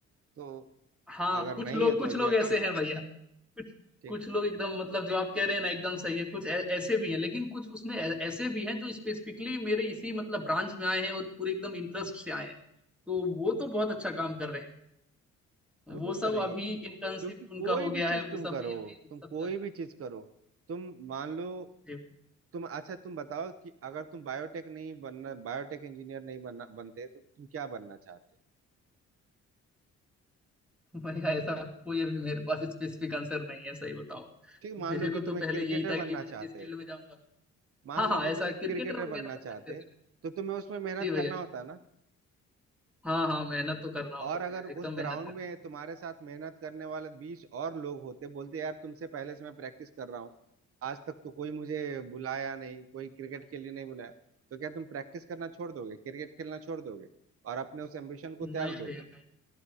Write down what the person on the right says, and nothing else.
तो
अगर
नहीं
है तो
ये
अच्छी
बात
है
ठीक
है
बिल्कुल
करेंगे
क्योंकि
कोई
भी
चीज
तुम
करो
तुम
कोई
भी
चीज करो तुम मान लो
तुम अच्छा तुम बताओ कि अगर तुम बायोटेक नहीं बनना बायोटेक इंजीनियर नहीं बनना बनते तो तुम क्या बनना चाहते
ठीक मान
लो कि
तुम्हें
क्रिकेटर
बनना
चाहते
मान
लो कि
तुम्हें
क्रिकेटर
बनना
चाहते
तो तुम्हें उसमें मेहनत
करना होता ना
और
अगर
उस ग्राउंड
में तुम्हारे साथ मेहनत करने वाले बीस और लोग होते बोलते यार तुमसे पहले से मैं प्रैक्टिस कर रहा हूँ आज तक तो कोई मुझे बुलाया नहीं कोई क्रिकेट के लिए नहीं बुलाया तो क्या तुम प्रैक्टिस करना छोड़ दोगे क्रिकेट खेलना छोड़ दोगे और अपने उस एम्बिशन को
त्याग दोगे